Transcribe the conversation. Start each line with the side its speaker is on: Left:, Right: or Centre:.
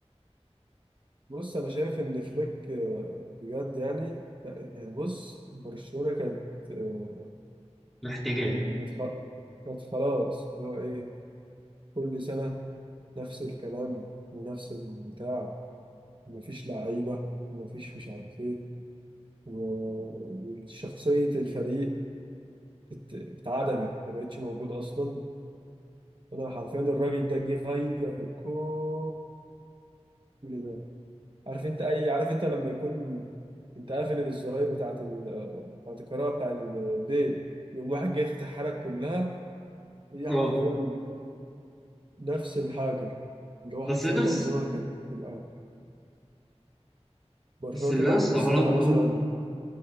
Right: بص أنا شايف إن فليك آه، بجد يعني يعني بص برشلونة كانت آه،
Centre: محتاجاه
Right: كانت خ- كانت خلاص اللي هو إيه كل سنة نفس الكلام ونفس البتاع ومفيش لعيبة ومفيش مش عارف إيه وشخصية الفريق ات- اتعدمت ما بقتش موجود أصلا أنا حرفيا الراجل ده جه غير كل ده عارف أنت أي عارف أنت لما يكون أنت قافل الزراير بتاعة ال... بتاعة الكهرباء بتاع البيت يقوم واحد جاي يفتحها لك كلها هي
Centre: اه
Right: حرفيا نفس الحاجة اللي هو
Centre: بس
Right: حرفيا
Centre: انا
Right: برشلونة
Centre: بس,
Right: كانت تبقى برشلونة
Centre: بس اللي
Right: تبقى
Centre: انا استغربته
Right: خسرانة مثلا